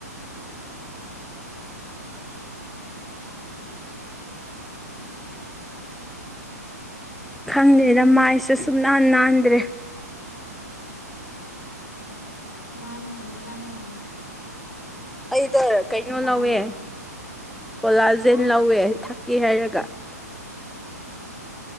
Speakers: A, in the centre; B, on the left.
A: ꯈꯪꯗ꯭ꯦꯅ ꯃꯥꯏꯁꯨ ꯁꯨ ꯅꯥꯟ ꯅꯥꯟꯗ꯭ꯔꯦ
B: ꯅꯥꯟꯈ꯭ꯔꯅꯤ ꯅꯥꯟꯈꯅꯤ
A: ꯑꯩꯗ ꯀꯩꯅꯣ ꯂꯧꯋꯦ
B: ꯍꯥꯏꯕꯤꯒꯦ
A: ꯀꯣꯂꯥꯖꯦꯟ
B: ꯍꯥ
A: ꯂꯧꯋꯦ ꯊꯛꯀꯦ ꯍꯥꯏꯔꯒ ꯀ